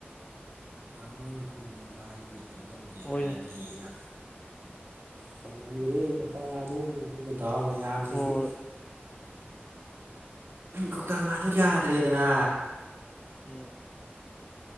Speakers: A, on the right; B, on the left.
A: ꯇꯥꯡꯉ ꯑꯣꯏꯅ ꯊꯣꯡꯕꯕꯁꯤ ꯀꯥꯏꯔꯁꯤ ꯀꯩꯅꯣ ꯇꯧꯗ
B: ꯍꯣꯏꯅꯦ
A: ꯍꯥꯏꯔꯗꯤꯅ ꯊꯣꯡꯍꯜꯂꯨꯔꯦ ꯀꯧꯇꯥ ꯉꯥꯗꯣ ꯑꯗꯨꯒ ꯗꯥꯎꯅ ꯌꯥꯗ꯭ꯔꯤꯁꯨ
B: ꯍꯣꯏ
A: ꯀꯧꯇ ꯉꯥꯗꯨ ꯌꯥꯗ꯭ꯔꯦꯗꯅ꯫
B: ꯎꯝ